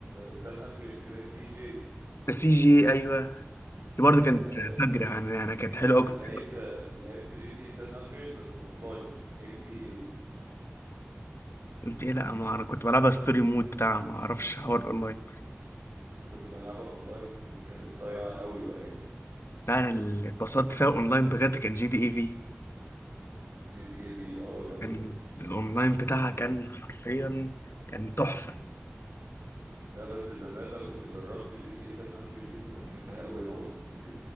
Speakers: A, on the right; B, on the left.
A: سان أندريس كده سي جي
B: سي جي ايوه دي برضه كانت
A: آه
B: فجرة انا انا كانت حلوة
A: أنا
B: قوي
A: لعبت لعبت جي تي اي سان أندريس بس أونلاين ام تي اي
B: قلت ايه لا ما انا كنت بلعبها ستوري مود بتاع ما اعرفش حوار اونلاين
A: أنا كنت بلعبها أونلاين كانت صايعة قوي بقى يعني
B: لا انا اللي اتبسطت فيها اونلاين بجد كان جي دي اي في
A: جي تي اي في اه جامدة
B: كان الاونلاين بتاعها كان حرفيا كان تحفه
A: لا بس زمان لو كنت جربت جي تي اي سان أندريس دي كنت هتحبها قوي أنا واثق من كده